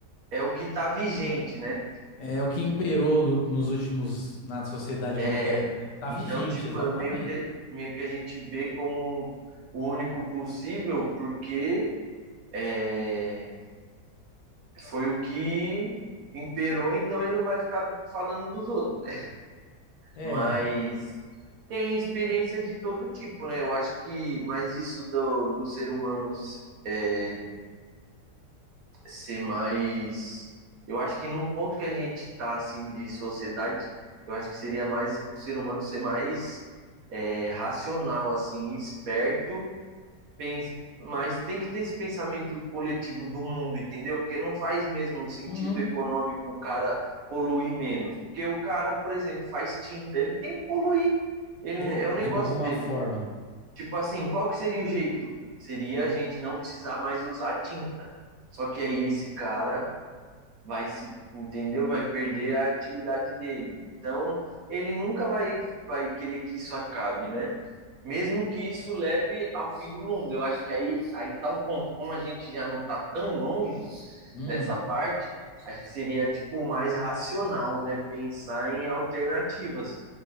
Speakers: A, on the right; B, on the left.
A: é o que está vigente né
B: É o que imperou no- nos últimos, na sociedade
A: é
B: moderna. é o que Tá
A: então
B: vigente,
A: tipo
B: exatamente.
A: é meio que meio que a gente vê como o único possível porque é, foi o que imperou, então ele não vai ficar falando dos outros, né?
B: É.
A: Mas tem experiências de todo tipo, né? Eu acho que, mas isso do, do ser humano é, ser mais. Eu acho que no ponto que a gente está assim, de sociedade, eu acho que seria mais o ser humano ser mais é, racional, assim, esperto pens- mas tem que ter esse pensamento coletivo do mundo, entendeu? Porque não faz mesmo sentido
B: Hum.
A: econômico o cara poluir menos. Porque o cara, por exemplo, faz tinta, ele tem que poluir. Ele,
B: Ele,
A: é o negócio
B: de alguma
A: dele.
B: forma.
A: Tipo assim, qual que seria o jeito? Seria a gente não precisar mais usar tinta. Só que aí esse cara vai se, entendeu? Vai perder a atividade dele. Então, ele nunca vai, vai querer que isso acabe, né? mesmo que isso leve ao fim do mundo. Eu acho que aí aí tá o ponto. Como a gente já não está tão longe
B: Hum.
A: dessa parte, acho que seria tipo mais racional, né, pensar em alternativas,